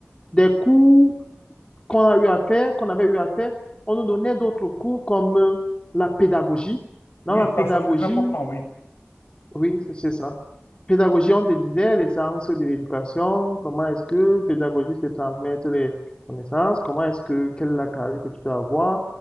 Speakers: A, on the left; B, on the left.
A: des cours qu'on a eu à faire, qu'on avait eu à faire, on nous donnait d'autres cours comme euh, la pédagogie.
B: Oui,
A: Dans la pédagogie,
B: ça c'est très important. Oui.
A: oui, c'est c'est ça. Pédagogie, on te disait les sciences de l'éducation, comment est-ce que pédagogie, c'est transmettre les connaissances, comment est-ce que, quelle est la carrière que tu peux avoir.